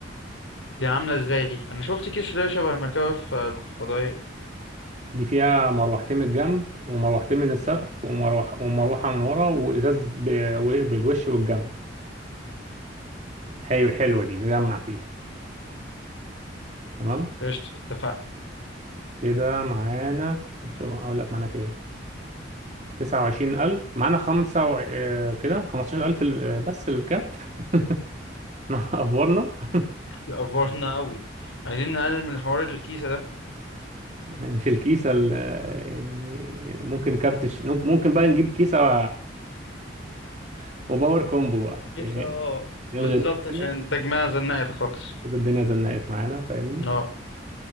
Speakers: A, on the left; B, on the right.
A: دي عاملة ازاي دي أنا شفت كيس اللي هي شبه المكوف الفضائية
B: دي فيها مروحتين من الجنب ومروحتين من السقف ومروحه ومروحه من ورا وازاز ب... و- بالوش والجنب حلو حلوه دي نجمع فيها تمام
A: قشطة اتفقنا
B: كده معانا شوف اقول لك معانا كام 29000 معانا خمسة وع... آه، كده 15000 ال- آه، بس الكارت <laughs> احنا افورنا <laughs>
A: <laughs> أفورنا أوي عايزين نقلل من حوار الكيسة ده
B: مش الكيسة ال- آه، يعني ممكن كارت الش... ممكن بقى نجيب كيسة و... <laughs> وباور كومبو بقى
A: كيسة
B: فاهمني
A: اه
B: نلغي
A: بالظبط
B: دول كده
A: عشان تجميع زنقت خالص
B: كده الدنيا زنقت معانا فاهمني
A: اه